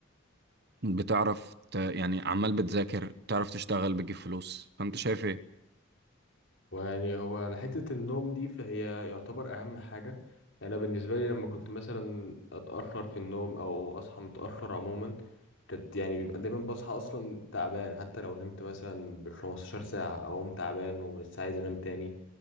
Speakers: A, on the right; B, on the left.
A: بتعرف ت... يعني عمال بتذاكر بتعرف تشتغل بتجيب فلوس فانت شايف ايه
B: ويعني هو على حتة النوم دي فهي يعتبر أهم حاجة يعني أنا بالنسبة لي لما كنت مثلا أتأخر في النوم أو أصحى متأخر عموما كانت يعني بيبقى دايما بصحى أصلا تعبان حتى لو نمت مثلا بالخمستاشر ساعة أقوم تعبان ولسه عايز أنام تاني